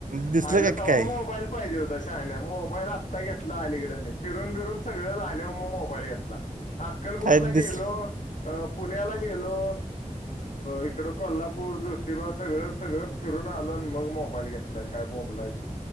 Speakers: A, on the right; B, on the left.
A: दिसलं
B: आईला
A: का
B: तवा
A: काय
B: मोबाईल. पाहिजे होता शाला मोबाईल आता घेतला अलीकडनी फिरून फिरून सगळे झाले मग मोबाईल घेतला. अक्कलकोट
A: काय
B: ला
A: दिस
B: गेलो. अ पुण्याला गेलो इकडं कोल्हापूर ज्योतिबा सगळं सगळ. फिरून आलो आणि मग मोबाईल घेतलाय काय बोंबलायचं.